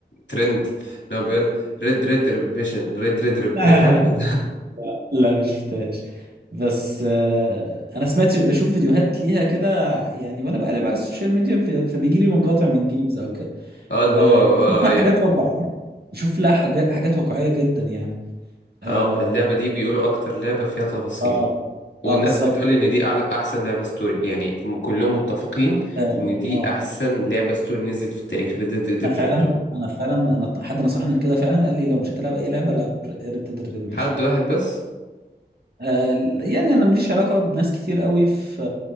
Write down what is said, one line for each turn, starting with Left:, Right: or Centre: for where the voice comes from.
Left: ترند اللي هو بيقول ريد ريد ريمبشن ريد ريد ريب
Right: <laughs>
Left: حاجة كده
Right: لا ما شفتهاش بس آه، انا سمعت بشوف فيديوهات ليها كده يعني وانا بقلب على السوشيال ميديا في- فبيجي لي مقاطع
Left: <laughs>
Right: من جيمز او كده
Left: اه اللي هو
Right: آه،
Left: اه
Right: بشوف لها
Left: اي
Right: حاجات
Left: اي
Right: واقعيه بشوف لها حاجات حاجات واقعيه جدا يعني اه
Left: اه، اللعبة دي بيقولوا اكتر لعبة فيها تفاصيل
Right: اه,
Left: والناس
Right: آه بالظبط
Left: بتقول ان دي أعلى احسن لعبة ستوري يعني م- كلهم متفقين
Right: اه
Left: ان دي
Right: آه.
Left: احسن لعبة ستوري نزلت في التاريخ Red Dead Redemption
Right: انا فعلا
Left: 2
Right: انا فعلا انا حد نصحني بكده فعلا قال لي لو مش هتلعب اي لعبه العب ريد ديد ريدمبشن
Left: حد واحد بس
Right: آه يعني انا ماليش علاقه بناس كتير قوي في